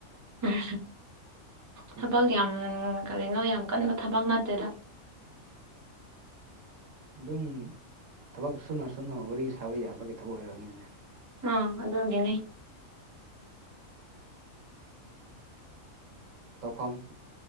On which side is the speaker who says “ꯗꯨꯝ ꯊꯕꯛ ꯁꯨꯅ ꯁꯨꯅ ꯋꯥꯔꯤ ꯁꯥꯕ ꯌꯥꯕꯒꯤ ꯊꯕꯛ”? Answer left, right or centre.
Right